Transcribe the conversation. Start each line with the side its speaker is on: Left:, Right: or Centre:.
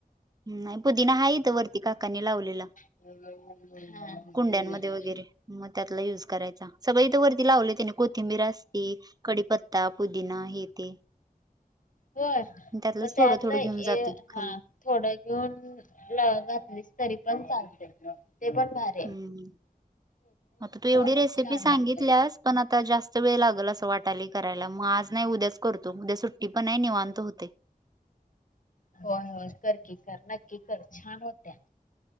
Right: नाही पुदिना हा येतं वरती काकाने लावलेला.
Left: ह ह हा ह
Right: कुंड्यांमध्ये
Left: ब
Right: वगैरे मग त्यातला युज करायचा. सगळे इथं वरती लावले त्याने कोथिंबीर असते कडीपत्ता पुदिना हे ते
Left: होय
Right: त्यातलंच
Left: मग
Right: थोडं
Left: त्यातलं
Right: थोडं घेऊन जातो खाली
Left: हा थोड घेऊन घातलीस तरी पण चालते ते पण बाहेर
Right: हम्म आता तू एवढी
Left: पण
Right: रेसिपी
Left: छान
Right: सांगे.
Left: लागत
Right: पण आता जास्त वेळ लागल अस वाटाली करायला मग आज नाही उद्याच करतो उद्या सु ी पण नाही निवांतो होते.
Left: होय होय करकी कर नक्की कर छान होत्या.